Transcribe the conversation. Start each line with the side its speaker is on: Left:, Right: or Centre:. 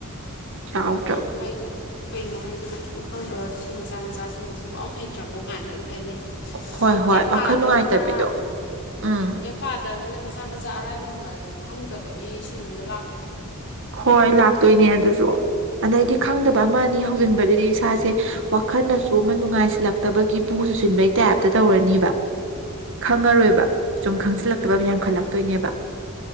Right: ꯌꯥꯎꯗ꯭ꯔꯕ
Left: ꯍꯣꯏ ꯀꯩꯅꯣ ꯀꯩꯅꯣ ꯍꯥꯏꯁꯤꯕꯨ ꯈꯪꯗꯁꯤ ꯁꯤ ꯃꯆꯥ ꯃꯆꯥꯁꯤꯡꯁꯤꯕꯨ ꯑꯃꯝ ꯍꯩꯇ꯭ꯔꯕꯣ ꯀꯥꯏꯅꯒ ꯍꯥꯏꯗꯤ
Right: ꯍꯣꯏ ꯍꯣꯏ
Left: ꯀꯦꯝ
Right: ꯋꯥꯈꯜ
Left: ꯄꯥꯗ꯭ꯔꯅꯤꯅ
Right: ꯅꯨꯡꯉꯥꯏꯇꯕꯤꯗꯣ ꯎꯝ
Left: ꯀꯩ ꯄꯥꯗ꯭ꯔꯕꯅꯤꯅ ꯃꯆꯥ ꯃꯆꯥ ꯑꯔꯥꯏꯕ ꯍꯪꯉꯛꯑꯁꯨ ꯈꯪꯗꯕꯒꯤ ꯁꯤꯟꯗ ꯂꯥꯛ
Right: ꯍꯣꯏ ꯂꯥꯛꯇꯣꯏꯅꯦ ꯑ ꯑꯗꯨꯁꯨ ꯑꯗꯩꯗꯤ ꯈꯪꯗꯕ ꯑꯃꯅꯤ ꯍꯧꯖꯤꯟꯕꯗꯗꯤ ꯏꯁꯥꯁꯦ ꯋꯥꯈꯜꯅꯁꯨ ꯑꯃ ꯅꯨꯡꯉꯥꯏꯁꯤꯜꯂꯛꯇꯕꯒꯤ ꯕꯨ ꯆꯨꯁꯤꯟꯕꯩ ꯇꯥꯏꯞꯇ ꯇꯧꯔꯅꯤꯕ ꯈꯪꯉꯔꯣꯏꯕ ꯁꯨꯝ ꯈꯪꯁꯤꯜꯂꯛꯇꯕ ꯑꯃ ꯌꯥꯝ ꯈꯜꯂꯛꯇꯣꯏꯅꯦꯕ